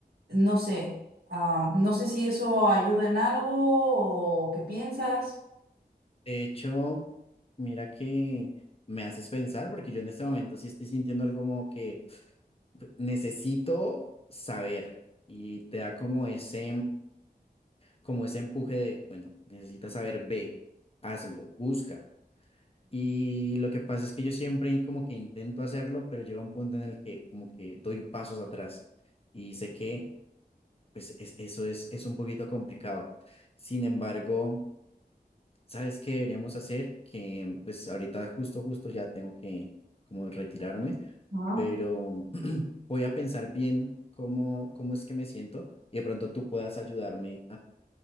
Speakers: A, on the right; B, on the left.
A: no sé, ah, no sé si eso ayuda en algo o qué piensas.
B: De hecho, mira que me haces pensar porque yo en este momento sí estoy sintiendo algo como que pues, necesito saber y te da como ese como ese empuje de, bueno, necesitas saber, ve, hazlo, busca. Y lo que pasa es que yo siempre como que intento hacerlo, pero llega un punto en el que como que doy pasos atrás y sé que pues es- eso es, es un poquito complicado. Sin embargo, ¿sabes qué deberíamos hacer? Que pues ahorita justo, justo ya tengo que como retirarme,
A: Ajá.
B: pero <clears throat> voy a pensar bien cómo, cómo es que me siento y de pronto tú puedas ayudarme